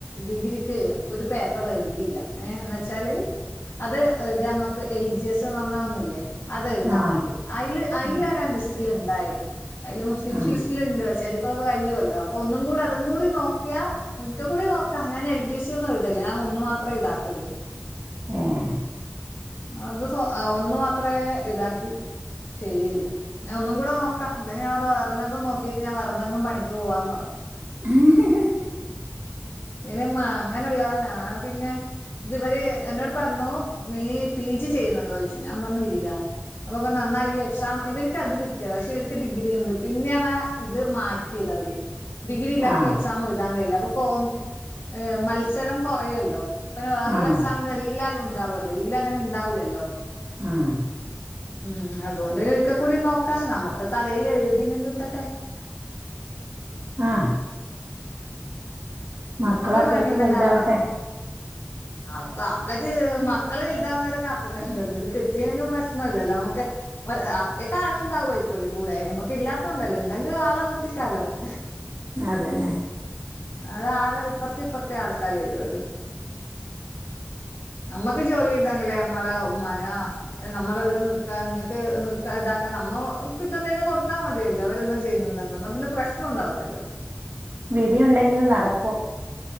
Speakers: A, on the left; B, on the right.
A: ഡിഗ്രിക്ക് ഒരു പേപ്പർ എഴുതില്ല. ഏ എന്ന വെച്ചാല് അത്ത് നമ്മക്ക് എൽ ജി എസ് എന്ന് പറഞ്ഞ ഒന്നല്ലേ. അത് എഴുതാൻ
B: ആ
A: വേണ്ടി അതില് അതി
B: ആ
A: ലാ ഞാൻ ലിസ്റ്റിൽ ഉണ്ടായേ. അതില് മുസ്ലിംസ്
B: ആ
A: ലിസ്റ്റിലുണ്ട് പക്ഷെ അതിപ്പോ കഴിയുവല്ലോ അപ്പൊ ഒന്നും കൂടി അതും കൂടി നോക്കിയാ. ഒരിക്കൽ കൂടി നോക്കാം ഞാൻ എൽ ഡി സി ഒും ഇതല്ല ഞൻ ഒന്ന് മാത്രേ എഴുതതൊള്ളൂ.
B: ഉം
A: അത് ഒന്ന് മാത്രമേ ഇതാക്കി. ചെയ്യല് ഞാ ഒന്ന കൂടെ നോക്കാം. ഇല്ലെങ്കില് ഞവേറെന്തങ്കിലും നോക്കിട്ട് ഞാൻ. എന്ത ങ്കും പണിക്ക് പോവാന്ന് പറഞ്ഞ.
B: <unintelligible>
A: ഇനി മ്മ അങ്ങനല്ല ഞാൻ പിന്നെ. ഇതി വര് എന്നോട് പറഞ്ഞു നീ പി ജി ചെയ്യുന്നുണ്ടോ? ചോദിച്ചു. ഞാൻ പറഞ് ഇല്ല. അപ്പൊ പറഞ്ഞു ന്നാ ഈ എക്സാം ഇവർക്ക് അത് കിട്ടിയാല പക്ഷെ ഇവർക്ക് ഡിഗ്രി ഉണ്ട് പിന്നെയ ഇത്. മാറ്റിയത് അവര് ഡിഗ്രി ഇല്ല
B: ആ
A: ക്ക് എക്സാം എഴുതാൻ കഴിയില്ല അപ്പ കോ. ഏ, മത്സരം കുറയ ല്ലോ? പിന്നെ വേറള്ള
B: ആ ആ
A: എക്സാമിന്റെ എല്ലാ. ഉണ്ടാവല്ലോ ഇതില അങ്ങനെ ഉണ്ടാവില്ലല്ലോ.
B: <unintelligible>
A: ഉം അതുകൊണ്ട് ഒരിക്കൽ കൂടി നോക്കാ നമുക്ക് തലയില് എഴുതി നും കിട്ടട്ടെ. <inaudible>
B: ആഹ്‌ മക്കളപ്പഴേക്ക്
A: നമ്മക്കൊരു വണീണ്ടെങ്കി
B: വലുതാവട്ടെ
A: ആരോ. അപ്പ അപ്പഴക്ക് മക്കൾ വലുതാവുന്നവരെ കാത് ക്കണ്ടല്ലോ ഇത് കിട്ടീല്ലെ ങ്കിലും പ്രശ്നം ഇല്ലല്ലോ നമുക്ക്. ഒരു അപ്പേക് ആൾ ഉണ്ടാവു യിക്കൂല്ലേ കൂടെ നമ്മക്ക് ഇല്ലാതത് കൊണ്ടല്ലേ ഉണ്ടെങ്കിൽ ആളെ നിർത്തിക്കാലോ നമ്മുക്ക്.
B: അത് തന്നെ.
A: അത് ആള് ഇപ്പറത്തെ ഇപ്പറത്തെ ആൾക്കാര് വരു ല്ലോ. നമ്മക്ക് ജോലി ചെയ്തങ്കിലേ നമ്മടെ ഉമ്മാനാ. നമ്മള ഇവിട് നിക്കാ നിങ്ങൾക്ക് നിക്ക താക്കാൻ നമ്മ കിട്ടുന്നതിന് കൊടുത്താൽ മതിയല്ലോ അവര്ന്താ ചെയ്യുന്നുണ്ട. വന്നാ പിന്ന പ്രശ്നം ഉണ്ടാവില്ലല്ലോ.
B: വിധിയുണ്ടെങ്കിൽ നടക്കും.